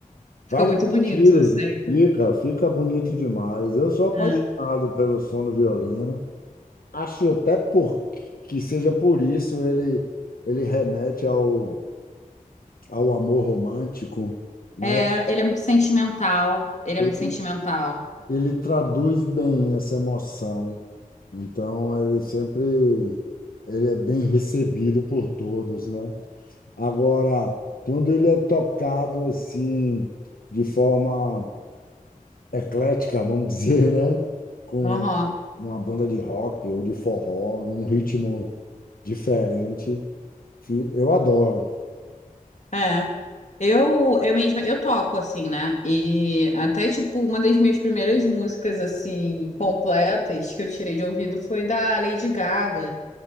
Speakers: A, on the left (about 55°); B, on the left (about 85°).
A: Fica
B: vários
A: muito bonito
B: estilos,
A: sempre.
B: fica, fica bonito demais. Eu sou apaixonado
A: É.
B: pelo som do violino. Acho até por, que seja por isso ele, ele remete ao, ao amor romântico, né?
A: É, ele é muito sentimental. Ele
B: Ele,
A: é muito sentimental.
B: ele traduz bem essa emoção. Então, ele sempre ele é bem recebido por todos, né? Agora, quando ele é tocado assim, de forma eclética, vamos dizer, né? Com
A: Aham.
B: uma banda de rock ou de forró, num ritmo diferente. Fi- Eu adoro.
A: É. Eu, eu mesma, eu toco, assim, né? E até, tipo, uma das minhas primeiras músicas, assim, completas que eu tirei de ouvido foi da Lady Gaga,